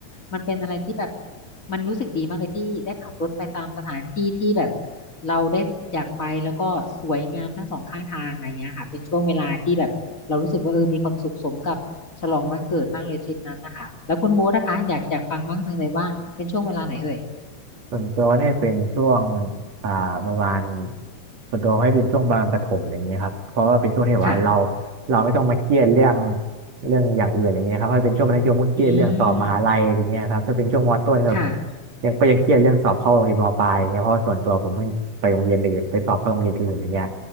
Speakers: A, on the left; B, on the right.
A: มันเป็นอะไรที่แบบมันรู้สึกดีมากเลยที่ได้ขับรถไปตามสถานที่ที่แบบเราได้อยากไปแล้วก็สวยงามทั้งสองข้างทางอะไรเงี้ยค่ะเป็นช่วงเวลาที่แบบเรารู้สึกว่าเออมีความสุขสมกับฉลองวันเกิดมากเลยทริปนั้นนะคะแล้วคุณโบ๊ทนะคะอยากอยากฟังบ้างจังเลยว่าเป็นช่วงเวลาไหนเอ่ย
B: ส่วนตัวให้เป็นช่วงอ่าประมาณส่วนตัวให้เป็นช่วงประมาณประถมอย่างเงี้ยครับเพราะว่าเป็นช่วงที่แบบว่าเรา
A: ค่ะ
B: เราไม่ต้องมาเครียดเรื่องเรื่องอย่างอื่นอย่างเงี้ยครับถ้าเป็นช่วงมัธยมก็เครียดเรื่องสอบมหาลัยอย่างเงี้ยครับถ้าเป็นช่วงมต้นก็
A: อืมค่ะ
B: ยังก็ยังเครียดเรื่องสอบเข้าโรงเรียนมปลายอย่างเงี้ยเพราะว่าส่วนตัวผมเพิ่งไปโรงเรียนอื่นไปสอบเข้าโรงเรียนอื่นอย่างเงี้ย